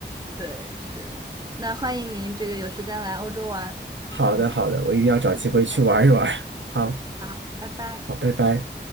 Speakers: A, on the right (about 20°); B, on the right (about 85°).
A: <laughs> 对，是。那欢迎您这个有时间来欧洲玩，
B: 好的，
A: 嗯，
B: 好的，我一定要找机会去玩一玩。
A: 那就到这里，
B: <laughs> 好，
A: 好，拜拜。
B: 好，拜拜。